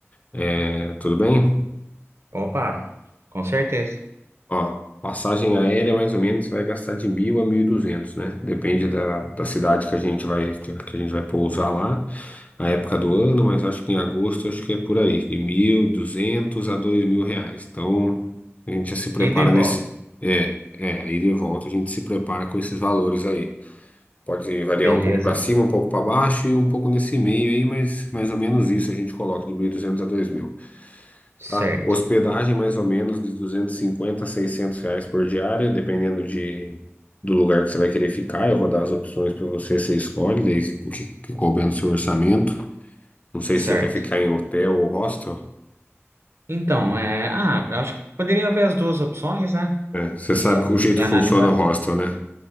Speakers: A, on the left; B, on the right.
A: É, tudo bem?
B: Opa, com certeza.
A: Ó, passagem aérea, mais ou menos, você vai gastar de mil a mil e duzentos, né? Depende da, da cidade que a gente vai, que, que a gente vai pousar lá, a época do ano, mas eu acho que em agosto, eu acho que é por aí, de mil, duzentos a dois mil reais. Então, a gente já se prepara
B: Ida e volta.
A: nesse. É, é, aí de volta a gente se prepara com esses valores aí. Pode variar
B: Beleza.
A: um pouco para cima, um pouco para baixo e um pouco nesse meio aí, mas mais ou menos isso a gente coloca de mil e duzentos a dois mil
B: Certo,
A: tá? Hospedagem mais ou menos de 250 a 600 reais por diária, dependendo de, do lugar que você vai querer ficar. Eu vou dar as opções para você, você escolhe, desde o que, que couber no seu orçamento. Não sei
B: certo.
A: se você quer ficar em hotel ou hostel.
B: Então, é, ah, eu acho que poderia haver as duas opções, né?
A: né? Você
B: E,
A: sabe o jeito
B: e analisar.
A: que funciona o hostel, né?